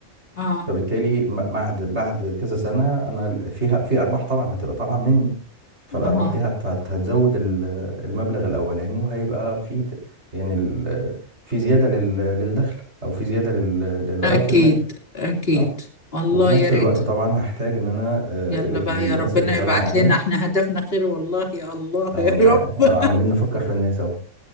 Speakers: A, on the left (about 50°); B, on the right (about 65°).
A: اه
B: فبالتالي م- بعد بعد كذا سنة انا ال- فيها في ارباح طبعا هتبقى طالعة مني فالارباح
A: اه
B: دي هت هت- هتزود ال- المبلغ الاولاني وهيبقى في ت- يعني ال- في زيادة لل- للدخل او في زيادة لل- لرأس
A: اكيد
B: المال
A: اكيد
B: اه
A: والله
B: وفي نفس
A: يا ريت
B: الوقت طبعا هحتاج ان انا آه،
A: يلا
B: ال-
A: بقى
B: الناس
A: يا ربنا
B: اللي شغاله
A: يبعت
B: معايا
A: لنا احنا هدفنا خير والله يا الله
B: اه
A: يا
B: والله
A: رب
B: آه،
A: <laughs>
B: عمالين نفكر في الناس اهو